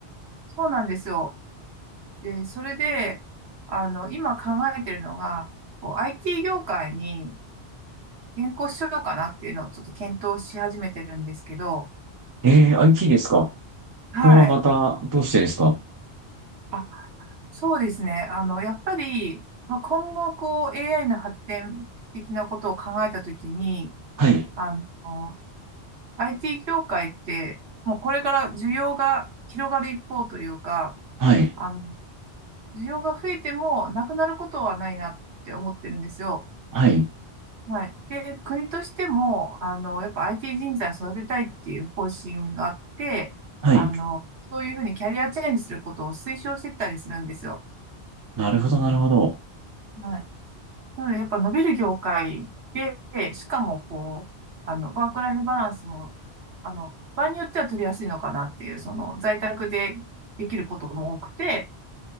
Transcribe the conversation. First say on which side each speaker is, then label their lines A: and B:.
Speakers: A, on the right (about 75°); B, on the right (about 25°).
A: そうなんですよ。で、それで、あの、今考えてるのが、こう IT 業界に転向しようかなっていうのをちょっと検討し始めてるんですけど、
B: えー、IT ですか。
A: はい。
B: これはまた、どうしてですか。
A: あ、そうですね。あの、やっぱり、まあ、今後、こう、AI の発展的なことを考えたときに、
B: はい。
A: あの、IT 業界って、もうこれから需要が広がる一方というか、
B: はい。
A: あの、需要が増えてもなくなることはないなって思ってるんですよ。
B: はい。
A: はい。で、国としても、あの、やっぱ IT 人材を育てたいっていう方針があって、
B: はい。
A: あの、そういうふうにキャリアチェンジすることを推奨してたりするんですよ。
B: なるほど、なるほど。
A: はい。なので、やっぱ伸びる業界で、しかも、こう、あの、ワークライフバランスも、あの、場合によっては取りやすいのかなっていう、その、在宅でできることも多くて、